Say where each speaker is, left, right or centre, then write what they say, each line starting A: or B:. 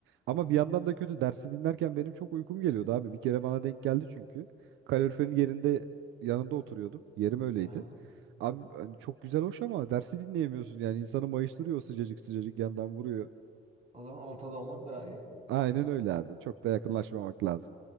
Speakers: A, on the right; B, on the right.
A: Ama
B: Hı hı.
A: bir yandan da kötü. Dersi dinlerken benim çok uykum geliyordu abi. Bir kere bana denk geldi çünkü. Kaloriferin yerinde yanında oturuyordum. Yerim öyleydi.
B: Aha.
A: Abi hani çok güzel hoş ama dersi dinleyemiyorsun. Yani insanı mayıştırıyor o sıcacık sıcacık yandan vuruyor.
B: O zaman ortada olmak daha iyi.
A: Aynen öyle abi. Çok da yakınlaşmamak lazım.